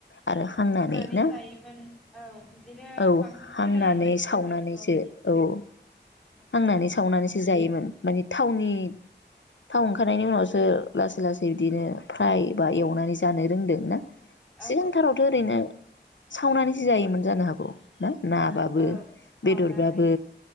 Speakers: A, on the left; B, in the centre.
A: आरो हांनानै
B: रुनानै
A: ना
B: जायोमोन औ। बिदिनो
A: औ
B: बांसिन
A: हांनानै
B: खोनायोमोन
A: सावनानैसो
B: गोदोथ'
A: औ हांनानै
B: बिदि
A: सावनानै सो जायोमोन माने थावनि थाव ओंखारनायनि उनावसो लासै लासै बिदिनो फ्राय बा एवनानै जानो रोंदों ना
B: औ
A: सिगांथारावथ ओरैनो सावनानैसो जायोमोन जानो हागौ ना? नाबाबो
B: औ सावनानै
A: बेदरबाबो